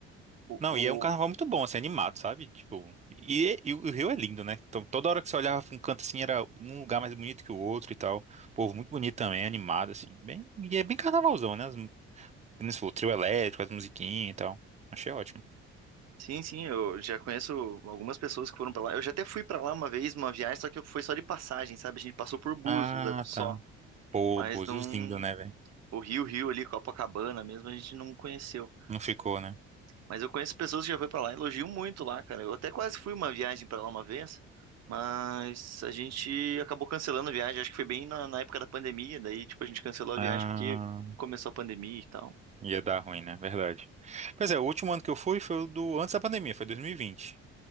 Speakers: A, on the right; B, on the right.
A: Eu-
B: Não,
A: o,
B: e é um carnaval muito bom, assim, animado, sabe? Tipo, e, e o Rio é lindo, né? Então, toda hora que você olhava pra um canto assim, era um lugar mais bonito que o outro e tal. Povo muito bonito também, animado, assim. Bem, e é bem carnavalzão, né? Como você falou, trio elétrico, as musiquinhas e tal. Achei ótimo.
A: Sim, sim, eu já conheço algumas pessoas que foram pra lá. Eu já até fui pra lá uma vez numa viagem, só que foi só de passagem, sabe? A gente passou por Búzios
B: Ah,
A: né, só,
B: tá. Pô,
A: mas
B: Búzios
A: não
B: lindo, né, velho?
A: o Rio, Rio ali, Copacabana mesmo, a gente não conheceu.
B: Não ficou, né?
A: Mas eu conheço pessoas que já foram pra lá, elogiam muito lá, cara. Eu até quase fui uma viagem pra lá uma vez, mas a gente acabou cancelando a viagem. Acho que foi bem na, na época da pandemia, daí tipo a gente cancelou a
B: Ah,
A: viagem porque começou a pandemia e tal.
B: ia dar ruim, né? Verdade. Pois é, o último ano que eu fui foi o do antes da pandemia, foi 2020.